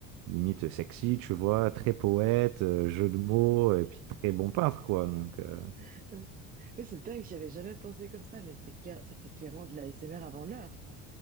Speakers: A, on the right; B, on the right.
A: limite sexy, tu vois, très poète, euh, jeu de mots, et puis très bon peintre, quoi. Donc, euh,
B: <laughs> Ouais, c'est dingue, j'y avais jamais pensé comme ça, mais c'est clair, c'était clairement de l'ASMR avant l'heure.